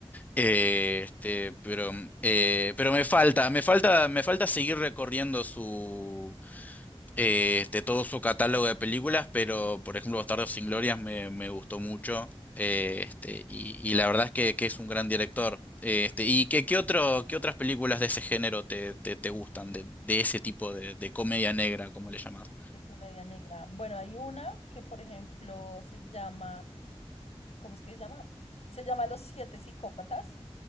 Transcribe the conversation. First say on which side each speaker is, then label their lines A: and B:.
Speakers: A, on the left; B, on the left.
A: Eh, este, pero, eh, pero me falta, me falta, me falta seguir recorriendo su, eh, este, todo su catálogo de películas, pero por ejemplo, Bastardos sin Glorias me, me gustó mucho, eh, este, y, y la verdad es que, que es un gran director. Eh, este, ¿y qué, qué otro, qué otras películas de ese género te, te, te gustan, de, de ese tipo de, de comedia negra, como le llamás?
B: De comedia negra. Bueno, hay una que, por ejemplo, se llama, ¿cómo es que se llama? Se llama Los Siete Psicópatas.